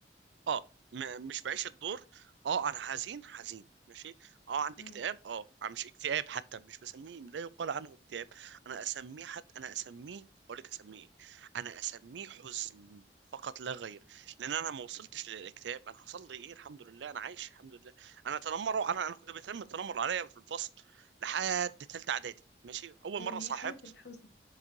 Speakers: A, on the right (about 85°); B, on the left (about 75°).
A: اه م مش بعيش الدور اه انا حزين حزين ماشي اه عندي
B: أمم.
A: اكتئاب اه أنا مش اكتئاب حتى مش بسميه لا يقال عنه اكتئاب انا اسميه حتى انا اسميه اقول لك اسميه ايه انا اسميه حزن فقط لا غير لان انا ما وصلتش للاكتئاب انا حصل لي ايه الحمد لله انا عايش الحمد لله انا تنمروا انا انا كنت بيتم التنمر عليا في الفصل لحد تالتة اعدادي ماشي اول
B: طيب
A: مره
B: ما
A: صاحبت
B: هي حالة الحزن